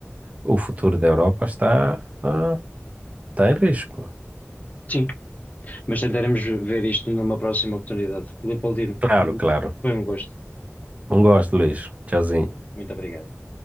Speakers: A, on the right; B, on the left.
A: o futuro da Europa está, ah, está em risco.
B: sim. Mas tentaremos ver isto numa próxima oportunidade. Leopoldino,
A: Claro, claro.
B: foi um gosto.
A: Um gosto, Luís. Tchauzinho.
B: Muito obrigado.